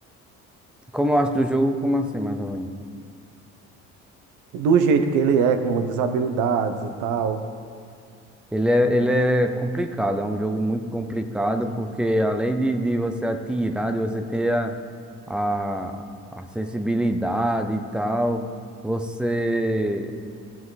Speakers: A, in the centre; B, on the right (about 80°).
A: Como eu acho do jogo, como assim, mais ou menos?
B: Do jeito que ele é, com muitas habilidades e tal.
A: Ele é, ele é complicado, é um jogo muito complicado, porque além de, de você atirar, de você ter a, a, a sensibilidade e tal. Você